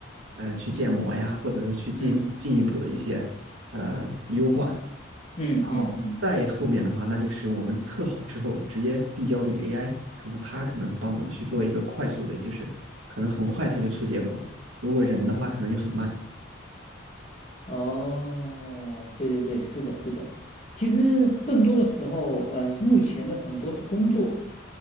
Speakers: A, on the right (about 85°); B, on the left (about 35°).
A: 呃，去建模呀，或者是去进进一步的一些呃优化。
B: 嗯嗯嗯嗯嗯。
A: 然后再后面的话，那就是我们测好之后直接递交给 AI，可能它可能帮忙去做一个快速的，就是可能很快它就出结果。如果人的话，可能就很慢。
B: 哦，对对对，是的，是的。其实更多的时候，呃，目前的很多的工作，